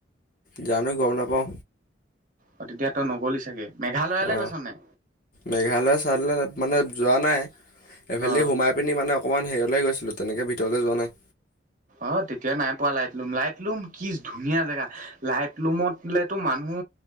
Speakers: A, on the left (about 50°); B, on the right (about 45°).
A: জানো গম নাপাও।
B: অ, তেতিয়া তই নগ'লি চাগে। মেঘালয়ালৈ
A: অ,
B: গৈছ নাই
A: মেঘালয় চাইলৈ মানে যোৱা নাই এইফালি
B: অ
A: সোমাই আপুনি মানে অকণমানেৰিয়লৈ গৈছিলো তেনেকৈ ভিতৰলৈ যোৱা নাই।
B: অ, তেতিয়া নাই পোৱা লাইট লুম, লাইট লুম কি ধুনীয়া জেগা। লাইট লুমতলেতো মানুহ